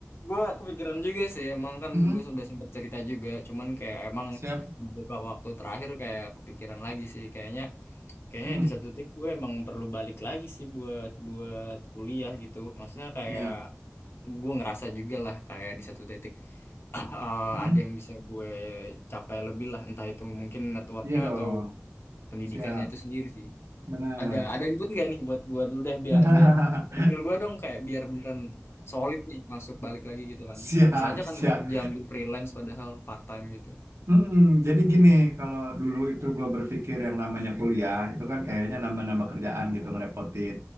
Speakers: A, on the left; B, on the right.
A: gue kepikiran juga sih. Emang kan
B: Hmm,
A: gue sudah sempat cerita juga. Cuman kayak emang
B: siap.
A: beberapa waktu terakhir kayak kepikiran lagi sih. Kayaknya, kayaknya
B: Hmm,
A: di satu titik gue emang perlu balik lagi sih buat buat kuliah gitu. Maksudnya kayak
B: iya.
A: gue ngerasa juga lah kayak di satu titik eh,
B: Hmm,
A: ada yang bisa gue capai lebih lah entah itu mungkin networknya
B: iya dong.
A: atau pendidikannya
B: Siap,
A: itu sendiri sih
B: benar.
A: ada ada input nggak nih buat gue dulu deh biar
B: <laughs>
A: biar trigger gue dong kayak biar beneran solid nih masuk balik lagi gitu kan
B: Siap,
A: bisa aja
B: siap.
A: kan gue kerja ambil freelance padahal part time gitu
B: Mm-mm, Jadi gini, kalau dulu itu gue berpikir yang namanya kuliah itu kan kayaknya nambah-nambah kerjaan gitu ngerepotin.